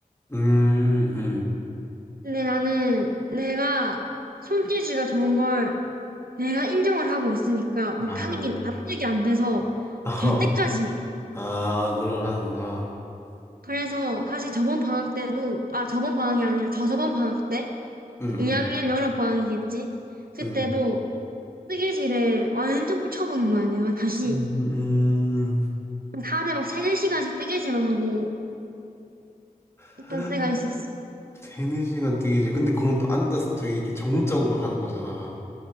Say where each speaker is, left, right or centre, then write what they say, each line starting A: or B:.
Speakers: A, on the left; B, on the right.
A: 음, 음.
B: 근데 나는 내가 손재주가 좋은 걸 내가 인정을 하고 있으니까 못하는
A: 아,
B: 게 납득이 안 돼서
A: <laughs>
B: 될 때까지
A: 아, 노력을 하는구나.
B: 그래서 사실 저번 방학 때도, 아, 저번 방학이 아니라 저저번 방학 때?
A: 음,
B: 2학년
A: 음,
B: 여름 방학이겠지? 그때도
A: 음.
B: 뜨개질에 완전 꽂혀버린 거야, 내가 다시.
A: 음, 음.
B: 하루에 막 3, 4시간씩 뜨개질만 하고
A: <gasps>
B: 있던 때가 있었어.
A: 되는 시간 되게, 근데 그건 또 앉아서 되게 이렇게 정적으로 하는 거잖아.